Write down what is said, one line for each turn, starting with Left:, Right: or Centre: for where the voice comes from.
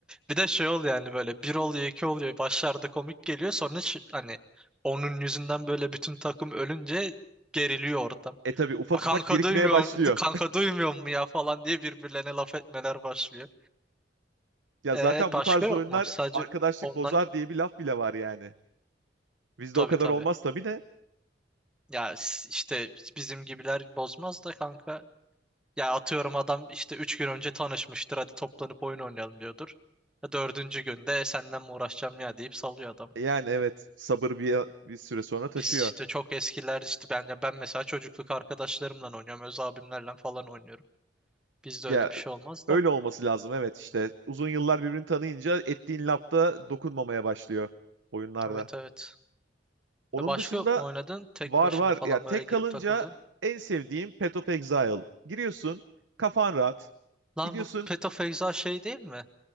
Centre: Bir de şey oluyor yani böyle bir oluyor iki oluyor. Başlarda komik geliyor. Sonra ş- hani onun yüzünden böyle bütün takım ölünce geriliyor ortam.
Right: E tabi ufak
Centre: "A, Kanka
Right: ufak birikmeye
Centre: duymuyorum,
Right: başlıyor.
Centre: kanka duymuyor mu ya falan diye birbirlerine laf etmeler başlıyor.
Right: Ya
Centre: Ee,
Right: zaten
Centre: başka
Right: bu tarz
Centre: yok
Right: oyunlar
Centre: mu? Sadece
Right: arkadaşlık
Centre: ondan
Right: bozar diye bir laf bile var yani. Bizde
Centre: tabii
Right: o kadar
Centre: tabii.
Right: olmaz tabii de.
Centre: Ya s- işte bizim gibiler bozmaz da kanka. Ya atıyorum adam işte 3 gün önce tanışmıştır hadi toplanıp oyun oynayalım diyordur. Ya dördüncü günde "E, senden mi uğraşacağım ya deyip salıyor adam.
Right: Yani evet sabır bir, bir süre sonra taşıyor.
Centre: Biz işte çok eskiler işte ben ya ben mesela çocukluk arkadaşlarımla oynuyorum. Öz abimlerle falan oynuyorum. Bizde
Right: Ya
Centre: öyle bir şey olmaz
Right: öyle
Centre: da.
Right: olması lazım evet işte. Uzun yıllar birbirini tanıyınca ettiğin lafta dokunmamaya başlıyor oyunlarda.
Centre: Evet evet.
Right: Onun
Centre: E başka
Right: dışında
Centre: yok mu oynadın? Tek
Right: var
Centre: başına
Right: var.
Centre: falan
Right: Ya tek
Centre: böyle girip
Right: kalınca
Centre: takıldın.
Right: en sevdiğim Path of Exile. Giriyorsun kafan rahat.
Centre: Lan
Right: Gidiyorsun
Centre: bu Path of Exile şey değil mi?